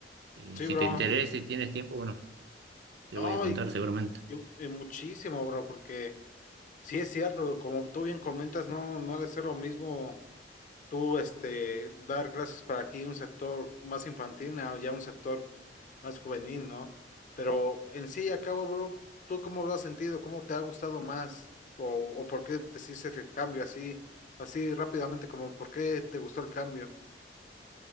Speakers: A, on the right; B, on the left.
A: eh,
B: Sí,
A: si
B: bro,
A: te interesa
B: y
A: y tienes tiempo, bueno, te
B: no,
A: lo voy a contar
B: y,
A: seguramente.
B: y- y muchísimo, bro, porque sí es cierto, como tú bien comentas, no, no ha de ser lo mismo tú este, dar clases para aquí un sector más infantil o ya un sector más juvenil, ¿no? Pero en sí y a cabo, bro, ¿tú cómo lo has sentido? ¿Cómo te ha gustado más? ¿O, o por qué te hiciste el cambio así, así rápidamente, como por qué te gustó el cambio?